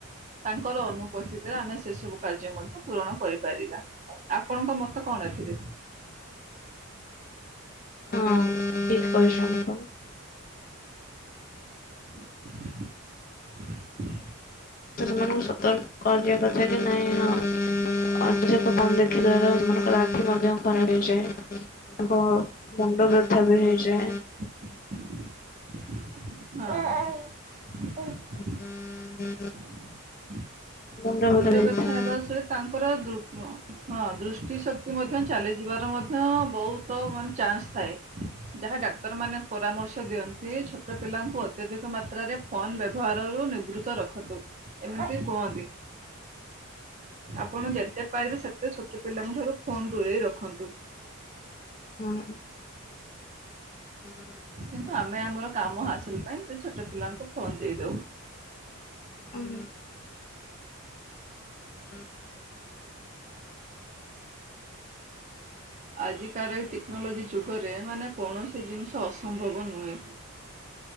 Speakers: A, on the right (about 35°); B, on the left (about 40°).
A: ତାଙ୍କର ଅନୁପସ୍ଥିତିରେ ଆମେ ସେସବୁ କାର୍ଯ୍ୟ ମଧ୍ୟ ପୂରଣ କରିପାରିବା। ଆପଣଙ୍କ ମତ କଣ ଏଥିରେ?
B: ହଁ ଠିକ୍ କହିଚନ୍ତି ଆପଣ।
A: <unintelligible>
B: ସେମାନଙ୍କୁ ସତର୍କ କରିିବା କଥାକି ନାଇଁ ହଁ <unintelligible> ଆଖି ଦ୍ଵାରା ସୋନଙ୍କର ଆଖି ମଧ୍ୟ ଖରାପ୍ ହେଇଯାଏ। ମୁଣ୍ଡ ବ୍ୟଥାବି ହେଇଯାଏ।
A: ଓ
B: <inaudible>
A: <inaudible>
B: ମୁଣ୍ଡ
A: ମୁନରେ
B: ବି ହେଇଥାଏ।
A: ବ୍ୟଥା ହେବା ସହିତ ତାଙ୍କର ଦୃ ହଁ ଦୃଷ୍ଟି ଶ କ୍ତି ମଧ୍ୟ ଚାଲିଯିବାର ମଧ୍ୟ ବହୁତ ମାନେ ଚାନ୍ସ ଥାଏ। ଯାହା ଡାକ୍ତରମାନେ ପରାମର୍ଶ ଦିଅନ୍ତି ଛୋଟ ପିଲାଙ୍କୁ ଅତ୍ୟଧିକ ମାତ୍ରାରେ ଫୋନ ବ୍ୟବହାରରୁୁ ନିବୃତ୍ତ ରଖନ୍ତୁ ଏମିତି କୁହନ୍ତି। ଆପଣ ଯେତେ ପାରିବେ ସେ ତେ ଛୋଟ ପିଲାଙ୍କ ଠାରୁ ଫୋନ ଦୂରେଇ ରଖନ୍ତୁ।
B: ହୁଁ। <unintelligible>
A: କିନ୍ତୁ ଆମେ ଆମର କାମ ହାସଲ ପାଇଁ ଛୋଟ ପିଲାଙ୍କୁ ଫୋନ ଦେଇଦଉ।
B: ଉହୁଁ। <inaudible>
A: ଆଜିକାର ଏ ଟେକ୍ନୋଲୋଜି ଯୁଗରେ ମାନେ କୌଣସି ଜିନିଷ ଅସମ୍ଭବ ନୁହେଁ।